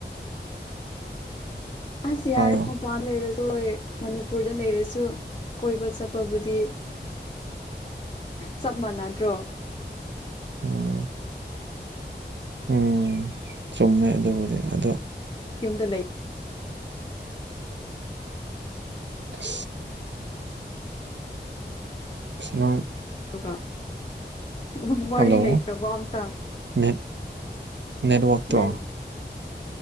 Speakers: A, on the left; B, on the right.
A: ꯑꯁ
B: ꯇꯥꯕ꯭ꯔꯥ
A: ꯌꯥꯔꯦ ꯃꯄꯥꯟ ꯂꯩꯔꯁꯨ ꯃꯅꯤꯄꯨꯔꯗ ꯂꯩꯔꯁꯨ ꯀꯣꯏꯕ ꯆꯠꯄꯕꯨꯗꯤ ꯆꯞ ꯃꯥꯟꯅꯗ꯭ꯔꯣ
B: ꯎꯝ ꯎꯝ ꯆꯨꯝꯃꯦ ꯑꯗꯨꯕꯨꯗꯤ ꯑꯗꯣ
A: ꯌꯨꯝꯗ ꯂꯩ
B: ꯎ ꯏꯃꯥꯡ
A: ꯑꯗꯨꯒ ꯎꯃꯪ ꯋꯥꯔꯤ
B: ꯍꯜꯂꯣ
A: ꯂꯩꯇ꯭ꯔꯕ ꯑꯝꯇ
B: ꯅꯦꯠ ꯅꯦꯠꯋꯥꯥꯛꯛꯇꯣ
A: ꯅꯪ